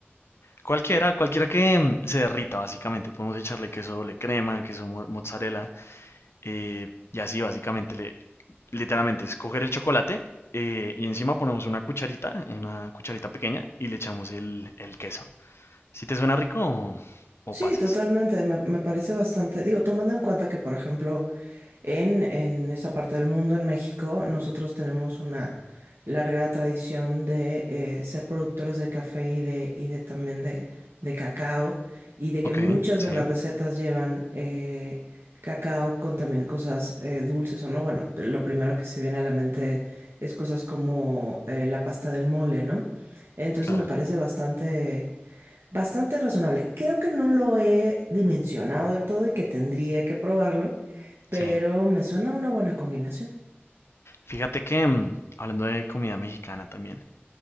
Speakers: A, on the left; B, on the right.
A: Cualquiera, cualquiera que mm, se derrita, básicamente. Podemos echarle queso doble crema, queso mo- mozzarella, eh, y así básicamente, le, literalmente, es coger el chocolate eh, y encima ponemos una cucharita, eh, una cucharita pequeña, y le echamos el, el queso. Si te suena rico o, o
B: Sí,
A: pasas.
B: totalmente, me, me parece bastante, digo, tomando en cuenta que, por ejemplo, en, en esta parte del mundo, en México, nosotros tenemos una larga tradición de eh, ser productores de café y de, y de también de, de cacao, y de que
A: Ok,
B: muchas
A: sí,
B: de las recetas llevan eh, cacao con también cosas eh, dulces o no. Bueno, lo primero que se viene a la mente es cosas como eh, la pasta del mole, ¿no? Entonces
A: claro,
B: me parece bastante... Bastante razonable. Creo que no lo he dimensionado del todo y que tendría que probarlo, pero
A: sí.
B: me suena una buena combinación.
A: Fíjate que, mm, hablando de comida mexicana también,